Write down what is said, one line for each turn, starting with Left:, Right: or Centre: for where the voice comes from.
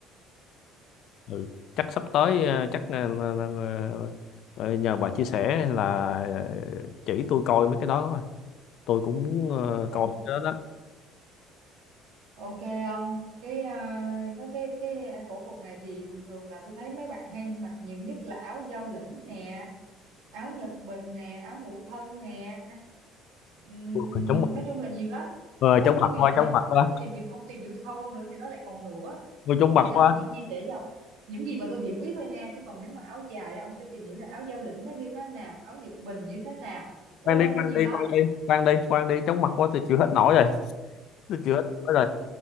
Left: ừ. chắc sắp tới ờ, chắc ờ, ờ, ờ, ờ, ờ, nhờ bà chia sẻ là ờ, chỉ tôi coi mấy cái đó thôi tôi cũng muốn ờ,
Right: ừ
Left: coi cái đó đó
Right: Ok ông cái à, cái cái cái cổ phục này thì thường thường là tôi thấy mấy bạn hay mặc nhiều nhất là áo giao lĩnh nè áo Nhật Bình nè áo ngũ thân nè Ừm,
Left: Tôi cũng
Right: nói chung là nhiều lắm
Left: ờ
Right: có
Left: chóng mặt
Right: có nghĩa
Left: quá
Right: là nếu
Left: chóng mặt
Right: mà ông
Left: quá
Right: mà tìm hiểu ông tìm hiểu sâu hơn nữa thì nó lại còn nữa
Left: Ôi, chóng
Right: hồi
Left: mặt
Right: nãy là
Left: quá
Right: tôi chỉ chia sẻ cho ông những gì mà tôi hiểu biết thôi nha chứ còn nếu mà áo dài đó ông sẽ tìm hiểu là áo giao lĩnh nó như thế nào áo Nhật Bình như thế nào ôi
Left: khoan đi
Right: cha nó
Left: khoan
Right: nhiều
Left: đi
Right: lắm
Left: khoan đi khoan đi khoan đi chóng mặt quá tôi chịu hết nổi rồi tôi chịu hết nổi rồi